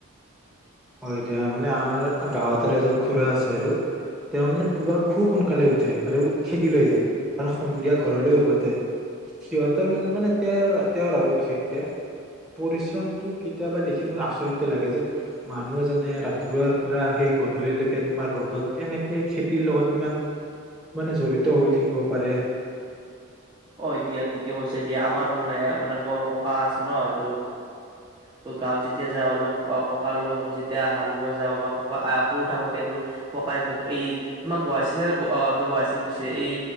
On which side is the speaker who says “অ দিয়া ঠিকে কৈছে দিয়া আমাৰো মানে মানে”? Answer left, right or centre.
Right